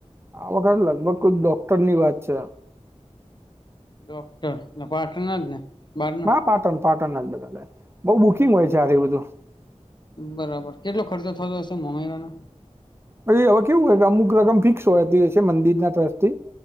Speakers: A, on the right; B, on the left.
A: આ વખત લગભગ કોઈક ડોક્ટર ની વાત છે.
B: ડોક્ટર, ને પાટનર જ ને, બાર ના?
A: પાટણ-પાટણ જ બધા <unintelligible> બઉ બુકિંગ હોય છે આથી બધું.
B: બરાબર. કેટલો ખર્ચો થતો હશે મોમરાનો?
A: પેલી હવે કેવું હોય કે અમુક રકમ ફિક્સ હોયતી હશે મંદિર ના ટ્રસ્ટ થી,